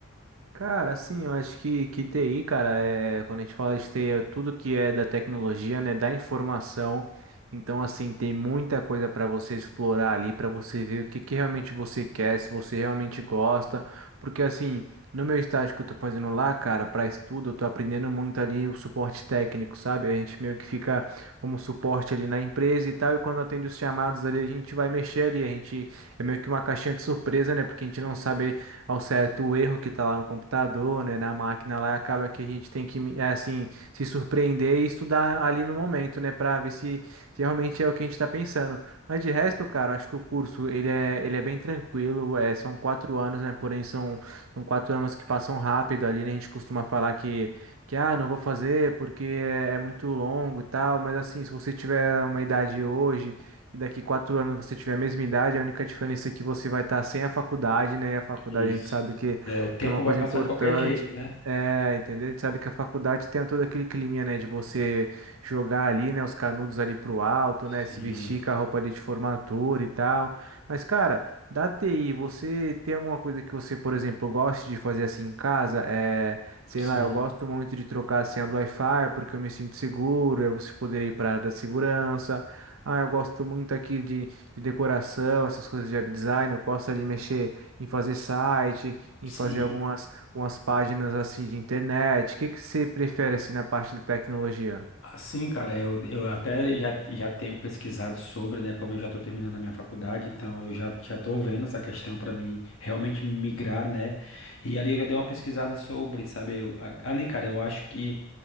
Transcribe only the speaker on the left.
Isso.
É, o tempo
vai passar
de qualquer jeito, né?
Sim,
sim,
sim.
Assim, cara, eu, eu até já, já tenho pesquisado sobre, né? Como eu já estou terminando a minha faculdade, então eu já já estou vendo essa questão para mim realmente migrar, né? E ali eu já dei uma pesquisada sobre, sabe? eu- a- ali, cara, eu acho que